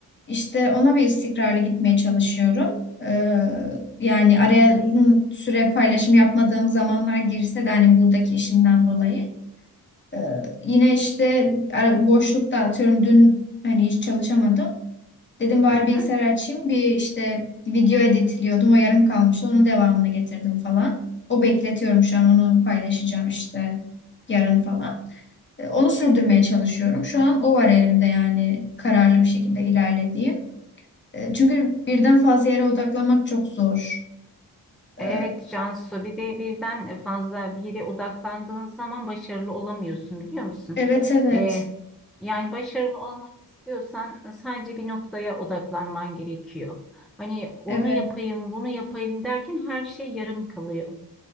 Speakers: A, on the left (about 25°); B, in the centre.
A: İşte ona bir istikrarlı gitmeye çalışıyorum. Ee, yani araya uzun süre paylaşım yapmadığım zamanlar girse de hani buradaki işimden dolayı. Ee, yine işte ara- boşlukta atıyorum dün hani hiç çalışamadım. Dedim bari
B: Aha.
A: bilgisayar açayım bir işte video editliyordum o yarım kalmıştı onun devamını getirdim falan. O bekletiyorum şu an onu paylaşacağım işte yarın falan. E, Onu sürdürmeye çalışıyorum. Şu an o var elimde yani kararlı bir şekilde ilerlediğim. E, Çünkü birden fazla yere odaklanmak çok zor.
B: Evet
A: E,
B: Cansu bir de birden fazla bir yere odaklandığın zaman başarılı olamıyorsun biliyor musun?
A: Evet evet
B: Ee, yani başarılı olmak istiyorsan sadece bir noktaya odaklanman gerekiyor. Hani onu
A: evet
B: yapayım bunu yapayım derken her şey yarım kalıyor.